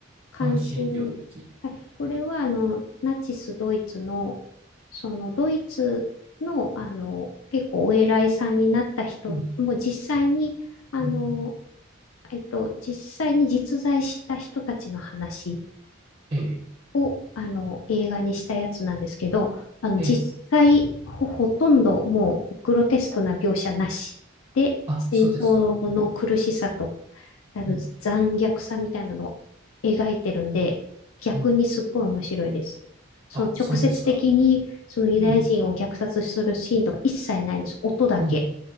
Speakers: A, on the left (about 80°); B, on the right (about 25°).
A: 関心。
B: 関心領域。
A: はい、これは、あの、ナチスドイツの、その、ドイツの、あの、結構お偉いさんになった人もう実際に、
B: うん
A: あの、
B: うんうん
A: えっと、実際に実在した人たちの話
B: ええ、
A: を、あの、映画にしたやつなんですけど、あの、
B: ええ、
A: 実際、ほ、ほとんどもうグロテスクな描写なしで、
B: あ、
A: 戦争の苦しさと、
B: そうですか。
A: あの、
B: うん
A: 残虐さみたいなのを描いてるんで、逆にすっごい面白いです。
B: うん
A: その直接的に、
B: あ、そうですか。
A: そのユダヤ人を虐殺するシーンとか一切ないんです。
B: うん、
A: 音だけ。
B: うん、